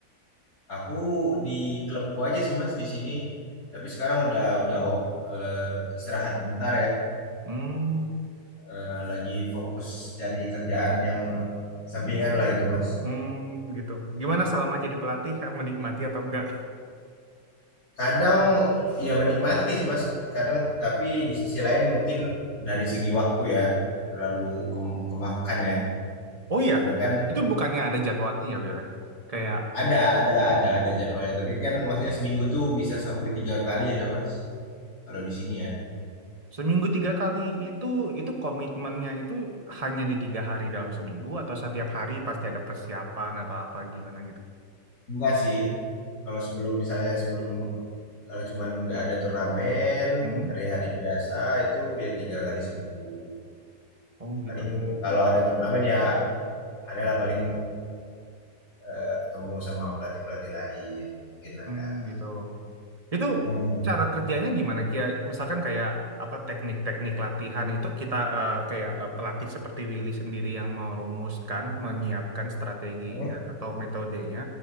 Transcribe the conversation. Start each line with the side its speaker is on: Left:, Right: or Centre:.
Left: aku di klubku aja sih Mas di sini. Tapi sekarang udah udah op- eh, istirahat bentar ya.
Right: Hmm,
Left: Eh, lagi fokus cari kerjaan yang sampingan lah gitu Mas.
Right: hmm gitu. Gimana selama jadi pelatih, <laughs> eh, menikmati atau enggak?
Left: Kadang ya menikmati sih Mas. Kadang tapi di sisi lain mungkin dari segi waktu ya terlalu kem- kemakan ya.
Right: Oh iya,
Left: Karena kan
Right: itu bukannya ada jadwalnya ya Will ya? Kayak
Left: ada ada ada ada jadwalnya. Tapi kan maksudnya seminggu tuh bisa sampai tiga kali lah Mas. Kalau di sini ya.
Right: Seminggu tiga kali itu itu komitmennya itu hanya di tiga hari dalam seminggu atau setiap hari pasti ada persiapan atau apa gimana gitu.
Left: Enggak sih. Kalau sebelum misalnya sebelum kalau cuman nggak ada turnamen
Right: Hmm?
Left: hari-hari biasa itu ya tiga kali seminggu.
Right: Oh gitu.
Left: Paling kalau ada turnamen ya adalah paling eh, ketemu sama pelatih-pelatih lain mungkin ada.
Right: Hmm gitu. Itu
Left: Hmm.
Right: cara kerjanya gimana Kia? Misalkan kayak apa teknik-teknik latihan itu kita eh, kayak eh, pelatih seperti Willy sendiri yang merumuskan, menyiapkan strateginya
Left: Hmm.
Right: atau metodenya